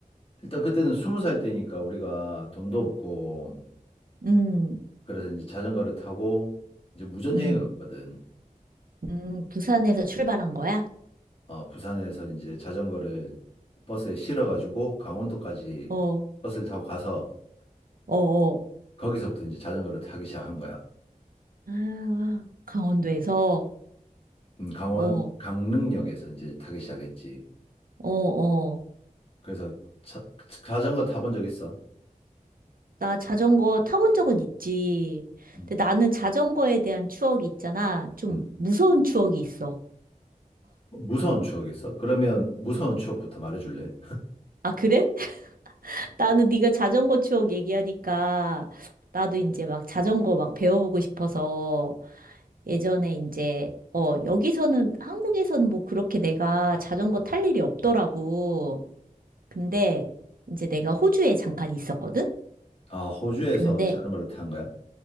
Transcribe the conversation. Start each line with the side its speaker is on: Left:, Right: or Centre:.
Left: 일단 그때는 스무 살 때니까 우리가 돈도 없고
Right: 음,
Left: 그래서 이제 자전거를 타고 이제 무전여행을
Right: 음,
Left: 갔거든.
Right: 음, 부산에서 출발한 거야?
Left: 어, 부산에서 이제 자전거를 버스에 실어가지고 강원도까지
Right: 어,
Left: 버스를 타고 가서
Right: 어, 어.
Left: 거기서부터 이제 자전거를 타기 시작한 거야.
Right: 아, 강원도에서?
Left: 음, 강원
Right: 어,
Left: 강릉역에서 이제 타기 시작했지.
Right: 어, 어.
Left: 그래서 차- 자전거 타본 적 있어?
Right: 나 자전거 타본 적은 있지.
Left: 음,
Right: 근데 나는 자전거에 대한 추억이 있잖아. 좀
Left: 음.
Right: 무서운 추억이 있어.
Left: 무서운 추억 있어? 그러면 무서운 추억부터 말해줄래?
Right: 아, 그래? <laughs> 나는 네가 자전거 추억 얘기하니까 나도 이제 막 자전거 막 배워보고 싶어서 예전에 이제 어, 여기서는 한국에서는 뭐 그렇게 내가 자전거 탈 일이 없더라고. 근데 이제 내가 호주에 잠깐 있었거든?
Left: 아, 호주에서
Right: 근데
Left: 자전거를 탄 거야?